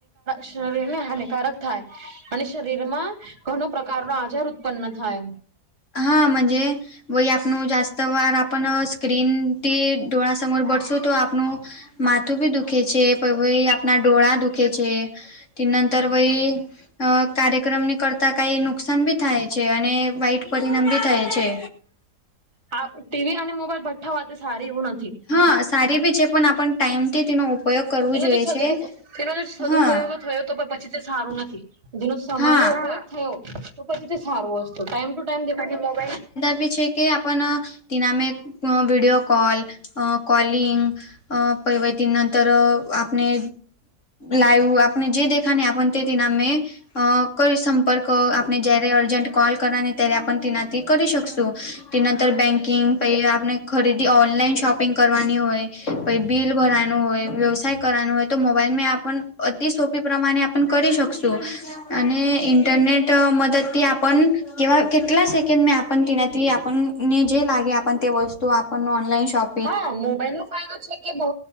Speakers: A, on the right; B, on the left.
A: શરીર ને હાનિકારક થાય અને શરીરમાં ઘણ પ્રકાર નો આજાર ઉત્પન થાય.
B: હા મજે વય આપનું જાસ્ત વાર આપણ સ્ક્રીનથી ડોળા સમર બરશું તો આપણુ માથું ભી દુખે છે આપણા ડોરા દુખે છે. ત નંતર વય અ કાર્યક્રમની કરતાં કઈ નુકસાન ભી થાય છે અને વાઈટ પરિણામ બી થાય છે.
A: આ ટીવી અને મોબાઈલ બઠ્ઠા હોતે સારી એવું નથી.
B: હા સારી બી છે પણ આપણ ટાઈમથી તેનો ઉપયોગ કરવો
A: તેનો
B: જોઈએ
A: જે સદુ
B: છે.
A: તેનો જે સદુપયોગ
B: હા
A: થયો તો પછી તે સારું નથી. જેનો સમય
B: હા
A: નો ઉપયોગ થયો તો પછી તે સારોત ટાઈમ ટુ ટાઈમ મોબાઈલ
B: એવી છે કે આપ તિનામે વિડિયો કોલ અ કોલિંગ અ પૈવટી નંતર આપણે લાઈવ આપણે જે દેખાને આપન તે દિનામે કરી સંપર્ક આપને જ્યારે અર્જેન્ટ કોલ કરની ત્યારે આપ તના કરી શક ત નર બકિંગ પ ખરીદી ઓનલાઈન શોપિંગ કરવાની હોય પ બિલ ભરવાનું હોય વ્યવસાય કરવાનો હોય તો મોબાઈલમાં આપણ અતિ સોપી પ્રમાણે આપ કરી શકશું. અને ઇન્ટરનેટ મદદથી આપણ કે કેટલા સેકન્ડ મેં આપ તના આપણને જે લાગે આપ તે વસ્તુ આપણ ઓનલાઈન શોપ
A: હા મોબાઈલ નો ફાયદો છે કે બો